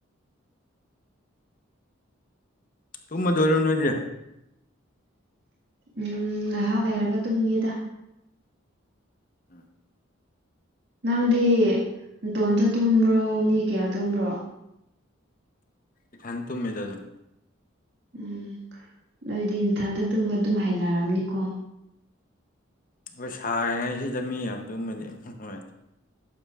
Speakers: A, on the left; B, on the right.
A: ꯇꯨꯃꯗꯧꯔꯣ ꯅꯣꯏꯗꯤ
B: ꯎꯝ ꯉꯥꯏꯍꯥꯛ ꯂꯩꯔꯒ ꯇꯨꯝꯒꯦꯗ
A: ꯎꯝ
B: ꯅꯪꯗꯤ ꯇꯣꯝꯇ ꯇꯨꯝꯕ꯭ꯔꯣ ꯃꯤ ꯀꯌꯥ ꯇꯨꯝꯕ꯭ꯔꯣ
A: ꯏꯊꯟ ꯇꯨꯝꯃꯦꯗ ꯑꯗꯨꯝ
B: ꯎꯝ ꯅꯣꯏꯗꯤ ꯏꯊꯟꯇ ꯇꯨꯡꯗ ꯑꯗꯨꯝ ꯍꯥꯏꯅꯔꯝꯅꯤꯀꯣ
A: ꯑꯩꯈꯣꯏ ꯁꯔꯤꯉꯩꯁꯤꯗ ꯃꯤ ꯌꯥꯝ ꯇꯨꯝꯃꯅꯤ ꯅꯨꯡꯉꯥꯏꯇ